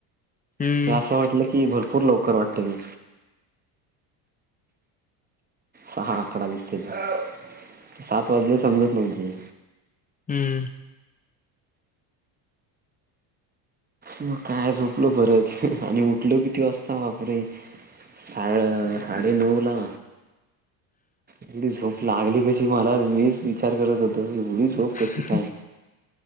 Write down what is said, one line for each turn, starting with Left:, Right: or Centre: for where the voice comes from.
Left: हम्म
Right: ते असं वाटलं की, भरपूर लवकर वाटतं मी. सहा आकडा दिसतंय ते. सात वाजले समजत नव्हते.
Left: हम्म.
Right: मग काय झोपलो परत. आणि उठलो किती वाजता. बापरे! साड- साडेनऊला. एवढी झोप लागली कशी, मला? मीच विचार करत होतो. एवढी झोप
Left: <unintelligible>
Right: कशी काय